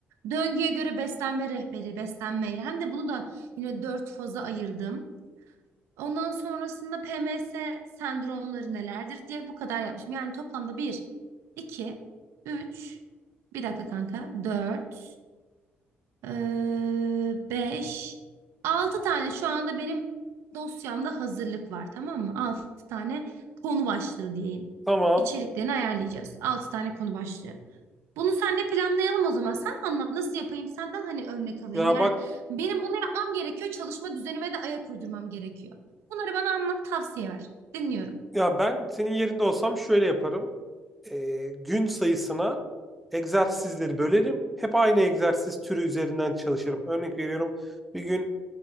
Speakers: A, on the right; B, in the centre.
A: Döngüye göre beslenme rehberi, beslenmeyle. Hem de bunu da yine dört faza ayırdım. Ondan sonrasında PMS sendromları nelerdir diye bu kadar yapmışım. Yani toplamda bir, iki, üç, bir dakika kanka, dört. Ee, beş. Altı tane şu anda benim dosyamda hazırlık var tamam mı? Altı tane konu başlığı diyeyim.
B: tamam.
A: İçeriklerini ayarlayacağız. Altı tane konu başlığı. Bunu senle planlayalım o zaman. Sen anlat nasıl yapayım senden hani örnek alayım.
B: Ya
A: Yani
B: bak,
A: benim bunu yapmam gerekiyor. Çalışma düzenime de ayak uydurmam gerekiyor. Bunları bana anlat tavsiye ver. Dinliyorum.
B: ya ben senin yerinde olsam şöyle yaparım. e, gün sayısına egzersizleri bölerim. Hep aynı egzersiz türü üzerinden çalışırım. Örnek veriyorum bir gün